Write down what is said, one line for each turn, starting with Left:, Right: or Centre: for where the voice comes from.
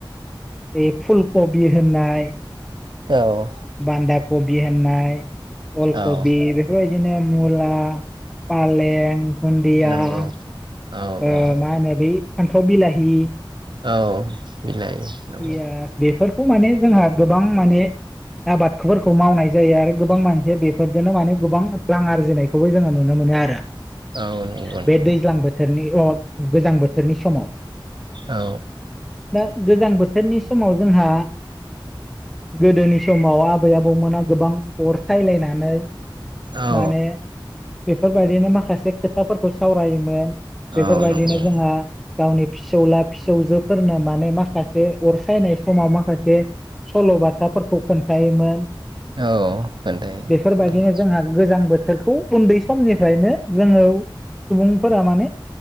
Centre: बे फुल कबि होननाय
Right: औ
Centre: बानदा कबि होननाय अल
Right: औ
Centre: कबि बेफोरबायदिनो मुला फालें दुनदिया
Right: नंगौ
Centre: मा
Right: औ औ
Centre: ओ होनो बै फानथाव बिलाहि
Right: औ बिलाइ नंगौ
Centre: पियास बेफोरखौ माने जोंहा गोबां माने आबादफोरखौ मावनाय जायो आरो गोबां मानसिया बेफोरजोंनो माने गोबां रां आरजिनायखौबो जोङो नुनो मोनो आरो।
Right: औ नंगौ
Centre: बे
Right: नंगौ
Centre: दैज्लां बोथोरनि अ गोजां बोथ थोरनि समाव
Right: औ
Centre: दा गोजां बोथोरनि समाव जोंहा गोदोनि समाव आबै आबौमोना गोबां अर सायलायनानै
Right: औ
Centre: माने बेफोरबायदिनो माखासे खोथाफोरखौ सावरायोमोन बेफोरबायदिनो
Right: औ नंगौ
Centre: जोंहा गावनि फिसौला फिसौजोफोरनो माने माखासे बे अर सायनाय समाव माखासे सल'बाथाफोरखौ खोन्थायायोमोन।
Right: औ खोन्थायो
Centre: बेफोरबायदिनो
Right: खोन्थायो
Centre: जोंहा गोजां बोथोरखौ उनदै समनिफ्रायनो जोङो सुबुंफोरा माने